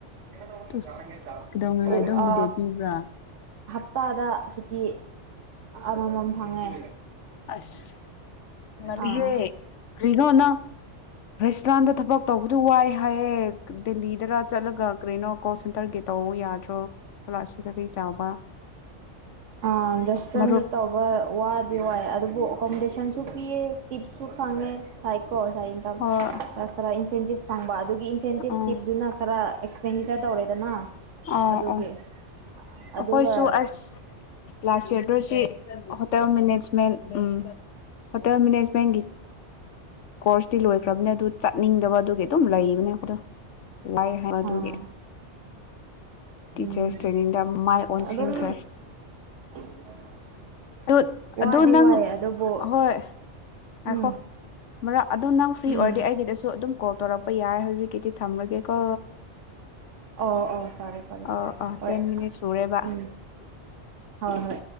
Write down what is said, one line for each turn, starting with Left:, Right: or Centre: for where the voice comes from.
Right: <unintelligible>
Left: ꯇꯨꯁ ꯀꯩꯗꯧꯅꯤꯡꯉꯥꯏꯗꯣ ꯍꯣꯂꯤꯗꯦ
Right: <inaudible> ꯑ
Left: ꯄꯤꯕ꯭ꯔꯥ
Right: ꯍꯞꯇꯥꯗ ꯁꯨꯇꯤ ꯑꯃꯃꯝ ꯐꯪꯉꯦ
Left: ꯑꯁ ꯃꯂꯤꯦ
Right: ꯑꯥ
Left: ꯀꯔꯤꯅꯣ ꯅ ꯔ꯭ꯔꯁ ꯏ꯭ꯔꯥꯟꯗ ꯊꯕꯛ ꯇꯧꯕꯗꯨ ꯋꯥꯏ ꯍꯥꯏꯌꯦ ꯗꯦꯜꯂꯤꯗꯔ ꯆꯠꯂꯒ ꯀꯔꯤꯅꯣ ꯀꯣꯜ ꯁꯦꯟꯇꯔꯒꯤ ꯇꯧ ꯌꯥꯗ꯭ꯔꯣ ꯀꯂꯥꯁꯤꯗꯒꯤ ꯆꯥꯎꯕ
Right: ꯑ ꯔꯦꯁꯇꯨꯔꯦꯟ
Left: ꯃꯔꯨꯞ
Right: ꯅ ꯇꯧꯕ ꯋꯥꯗꯤ ꯋꯥꯏ ꯑꯗꯨꯕꯨ ꯑꯣꯀꯣꯃꯣꯗꯦꯁꯟꯁꯨ ꯄꯤꯌꯦ ꯇꯤꯞꯁꯨ ꯐꯪꯉꯦ ꯁꯥꯏ ꯀꯣꯁ ꯏ꯭ꯔ
Left: ꯍꯣꯏ
Right: ꯏ ꯁꯦꯟꯇꯤꯞ ꯐꯥꯡꯕ ꯑꯗꯨ ꯒꯤ ꯏꯟꯁꯦꯟꯇꯤꯞ
Left: ꯑꯣ
Right: ꯇꯤꯞꯇꯨꯅ ꯈꯔ ꯑꯦꯛꯁꯄꯦꯟꯗꯤꯆꯔ ꯇꯧꯔꯦꯗꯅ
Left: ꯑ ꯑꯣ
Right: ꯑꯗꯨꯒꯤ
Left: ꯑꯩꯈꯣꯏꯁꯨ
Right: ꯑꯗꯨꯒ
Left: ꯑꯁ ꯂꯥꯁ ꯁꯤ ꯍꯣꯇꯦꯜ ꯃꯦꯅꯦꯖꯃꯦꯟ ꯎꯝ ꯐꯠꯇꯃꯤꯅꯦꯁꯄꯒ ꯀꯣꯔꯁꯇꯤ ꯂꯣꯏꯈ꯭ꯔꯕꯅꯦ ꯑꯗꯨ ꯆꯠꯅꯤꯡꯗꯕ ꯑꯗꯨꯒꯤ ꯑꯗꯨꯝ ꯂꯩꯕꯅꯦ ꯑꯩꯈꯗ ꯋꯥꯏ ꯍꯥꯏ ꯃꯗꯨꯒꯤ
Right: ꯑꯥ
Left: ꯇꯤꯆꯔꯁ
Right: ꯎꯝ
Left: ꯇ꯭ꯔꯦꯅꯤꯡꯗ ꯃꯥꯏ ꯑꯣꯟꯁꯤꯟꯈ꯭ꯔꯦ
Right: ꯑꯗꯨꯝ <unintelligible>
Left: ꯑꯗꯨ
Right: ꯋꯥꯗꯤ
Left: ꯑꯗꯨ ꯅꯪ
Right: ꯋꯥꯏꯑꯦ ꯑꯗꯨꯕꯨ
Left: ꯍꯣꯏ ꯉꯥꯏꯈꯣ
Right: ꯎꯝ
Left: ꯃꯔꯛ ꯑꯗꯨꯣ ꯅꯪ ꯐ꯭ꯔꯤ
Right: ꯎꯝ
Left: ꯑꯣꯏꯔꯗꯤ ꯑꯩꯒꯤꯗꯁꯨ ꯑꯗꯨꯝ ꯀꯣꯜ ꯇꯧꯔꯛꯄ ꯌꯥꯏ ꯍꯧꯖꯤꯛꯀꯤꯗꯤ ꯊꯝꯔꯒꯦꯀꯣ
Right: ꯑꯣ ꯑꯣ ꯐꯔꯦ ꯐꯔꯦ
Left: ꯑ ꯑ
Right: ꯍꯣꯏ
Left: ꯇꯦꯟ ꯃꯤꯅꯤꯠ ꯁꯨꯔꯦꯕ
Right: ꯎꯝ ꯍꯣꯏ ꯍꯣꯏ ꯍ